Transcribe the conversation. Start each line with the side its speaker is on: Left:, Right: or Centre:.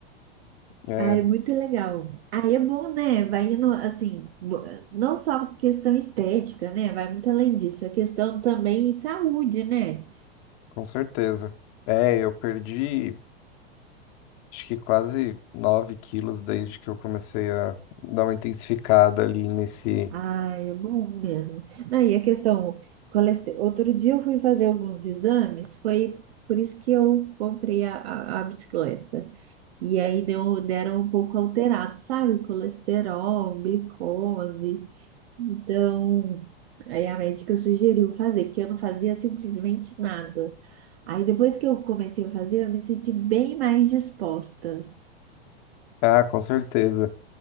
Left: É,
Right: Ah, é muito legal. Aí é bom, né? Vai indo, assim, bo- não só questão estética, né? Vai muito além disso. A questão também em saúde, né?
Left: com certeza. É, eu perdi acho que quase 9 quilos desde que eu comecei a dar uma intensificada ali nesse.
Right: Ah, é bom mesmo. Não, e a questão, coleste- outro dia eu fui fazer alguns exames, foi por isso que eu comprei a, a, a bicicleta. E aí deu, deram um pouco alterado, sabe? Colesterol, glicose. Então, aí a médica sugeriu fazer, porque eu não fazia simplesmente nada. Aí depois que eu comecei a fazer, eu me senti bem mais disposta.
Left: Ah, com certeza.